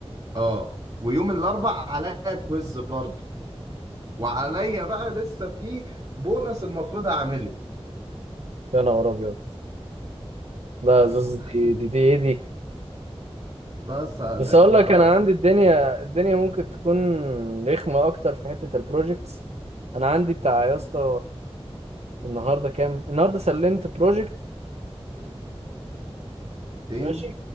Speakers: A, on the right; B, on the right.
A: اه ويوم الاربع عليا كويز برضه وعليا بقى لسه في بونص المفروض اعمله
B: يا نهار ابيض لا
A: انت
B: زوز
A: متخيل
B: دي دي دي ايه دي
A: بس
B: بس
A: ده
B: اقول
A: ده
B: لك انا عندي الدنيا الدنيا ممكن تكون رخمة اكتر في حتة البروجكتس انا عندي بتاع يا اسطى النهارده كام النهارده سلمت بروجكتين
A: ايقونتين
B: ماشي